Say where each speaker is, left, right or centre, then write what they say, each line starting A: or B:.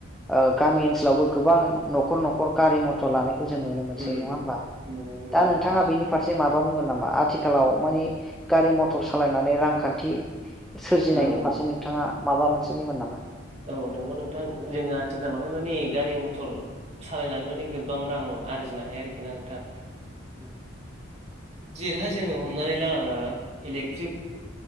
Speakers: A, in the centre; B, on the right (about 30°).
A: ओ गामि ओनसोलावबो गोबां न'खर न'खर गारि मथर लानायखौ जों नुनो मोनसै
B: उम
A: नङा होमबा
B: उम नंगौ नोंथां
A: दा नोंथाङा
B: नंगौ
A: बेनि फारसे माब बा बुंगोन नामा आथिखालाव मानि गारि मथर सालायनानै रांखान्थि सोरजिनायनि
B: औ औ
A: फारसे नोंथाङा माबा मोनसे बुंगोन नामा?
B: औ नंगौ नोंथां जोङो आथिखालावहाय मानि गारि मथर सालायनानै माने गोबां रां आरजिनो हायो आरोखि ना नोंथां।
A: उ <unintelligible>
B: जेरैहाय जोङो हमनानै ला इलेक्ट्रिक